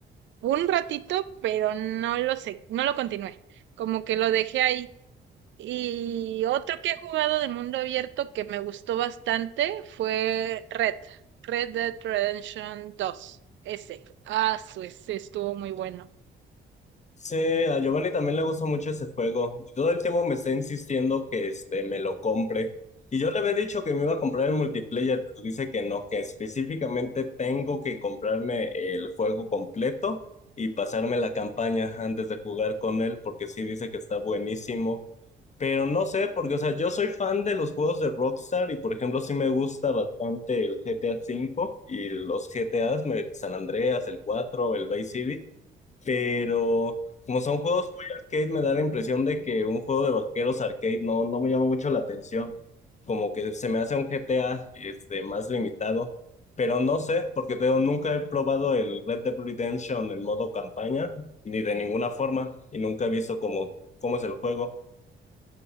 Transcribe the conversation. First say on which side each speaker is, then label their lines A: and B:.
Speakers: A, on the right; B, on the left.
A: un ratito, pero no lo sé, no lo continué. Como que lo dejé ahí. Y otro que he jugado de mundo abierto que me gustó bastante fue Red, Red Dead Redemption dos Ese. Ah, su, ese estuvo muy bueno.
B: Sí, a Giovanni también le gusta mucho ese juego. Y Todo el tiempo me está insistiendo que este, me lo compre. Y yo le había dicho que me iba a comprar el multiplayer, pero dice que no, que específicamente tengo que comprarme el juego completo y pasarme la campaña antes de jugar con él, porque sí dice que está buenísimo. Pero no sé, porque, o sea, yo soy fan de los juegos de Rockstar y, por ejemplo, sí me gusta bastante el GTA V y los GTAs, me- San Andreas, el 4, el Vice City pero como son juegos muy arcade, me da la impresión de que un juego de vaqueros arcade no, no me llama mucho la atención. Como que se me hace un GTA este, más limitado. Pero no sé, porque te digo, nunca he probado el Red Dead Redemption en modo campaña, ni de ninguna forma, y nunca he visto cómo, cómo es el juego.